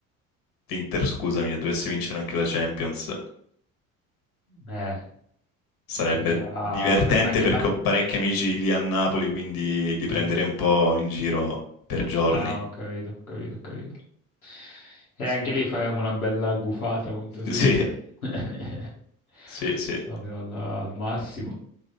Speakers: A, on the left; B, on the left.
A: l'Inter, scusami, e dovesse vincere anche la Champions.
B: Eh,
A: Sarebbe
B: anche la,
A: divertente
B: ma anche
A: perché
B: la,
A: ho parecchi amici lì a Napoli, quindi li prenderei
B: eh.
A: un po' in giro per giorni.
B: Ah, ho capito, ho capito, ho capito. E anche lì faremo una bella gufata contro l'Inter.
A: <laughs>
B: <laughs>
A: Sì, sì,
B: Proprio
A: sì.
B: al, al massimo.